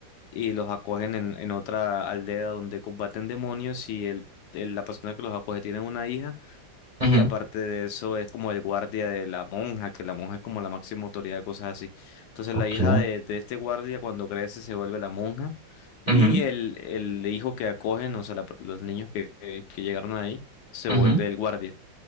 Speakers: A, on the left; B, on the right.
A: y los acogen en, en otra aldea donde combaten demonios y el, el- la persona que los acoge tiene una hija
B: Ujú.
A: y aparte de eso es como el guardia de la monja, que la monja es como la máxima autoridad de cosas así. Entonces
B: Ok.
A: la hija de, de este guardia cuando crece se vuelve la monja y
B: Ujú,
A: el, el hijo que acogen, o sea, la- los niños que que- que llegaron ahí, se
B: ujú,
A: vuelve el guardia.